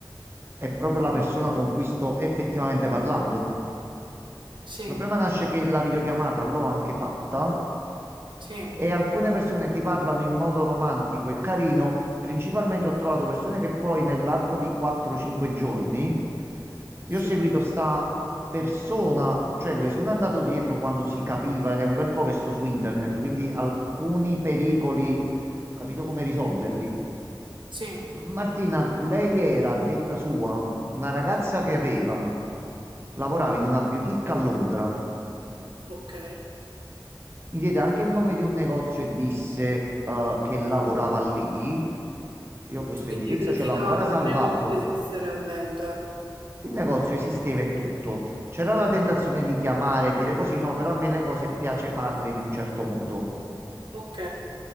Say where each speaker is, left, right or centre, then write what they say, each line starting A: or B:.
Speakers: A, on the right; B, on the right.
A: è proprio la persona con cui sto effettivamente parlando. Il
B: Sì,
A: problema nasce che la videochiamata l'ho anche fatta
B: sì,
A: e alcune persone ti parlano in modo romantico e carino. Principalmente ho trovato persone che poi nell'arco di 4-5 giorni io
B: sì,
A: ho seguito sta persona, cioè le sono andato dietro quando si capiva, è un bel po' che sto su internet, quindi alcuni pericoli, ho capito come risolverli.
B: sì.
A: Martina, lei era, a detta sua, una ragazza che aveva, lavorava in una boutique a Londra.
B: Ok.
A: Mi diede anche il nome di un negozio e disse eh, che lavorava lì. Io questo
B: Quindi
A: indirizzo
B: hai verificato
A: ce l'ho ancora salvato.
B: il negozio esiste realmente.
A: Il negozio esisteva e tutto. C'era la tentazione di chiamare e dire così, no, però a me le cose piace farle in un certo modo.
B: Ok.